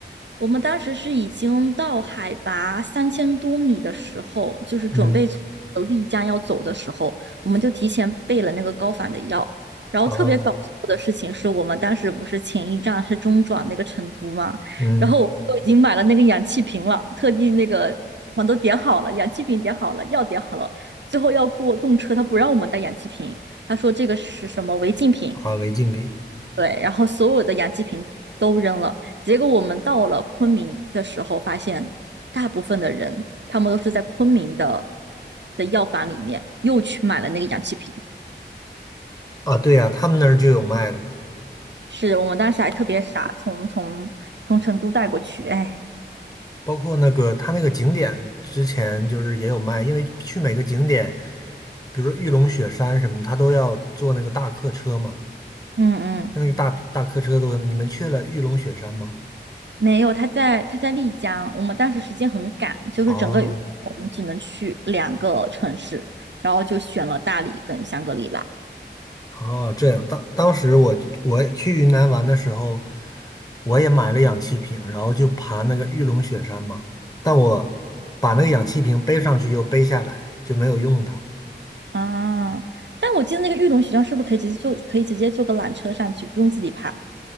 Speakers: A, on the right; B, on the left.
A: 我们当时是已经到海拔三千多米的时候，就是准备从丽江要走的时候，
B: 嗯，
A: 我们就提前备了那个高反的药。然后特别搞笑的事情是我们当时不是前一站是中转那个成都嘛，
B: 哦，嗯，
A: 然后我们都已经买了那个氧气瓶了，特地那个我都点好了，氧气瓶点好了，药点好了，最后要过动车，他不让我们带氧气瓶，他说这个是什么违禁品，
B: 啊，违禁品
A: 对，然后所有的氧气瓶都扔了。结果我们到了昆明的时候，发现大部分的人他们都是在昆明的的药房里面又去买了那个氧气瓶。
B: 啊，对呀，他们那儿就有卖的，
A: 是我们当时还特别傻，从从从成都带过去。哎，
B: 包括那个他那个景点之前就是也有卖，因为去每个景点，比如说玉龙雪山什么，他都要坐那个大客车嘛。
A: 嗯嗯，
B: 那那个大大客车都，会，你们去了玉龙雪山吗？
A: 没有，他在他在丽江。我们当时时间很赶，就是整个雨我们只能去两个城市，
B: 哦
A: 然后就选了大理跟香格里拉。
B: 哦，这样，当当时我我去云南玩的时候，我也买了氧气瓶，然后就爬那个玉龙雪山嘛。但我把那个氧气瓶背上去又背下来，就没有用它。
A: 啊，但我记得那个玉龙雪山是不是可以直接坐，可以直接坐个缆车上去，不用自己爬？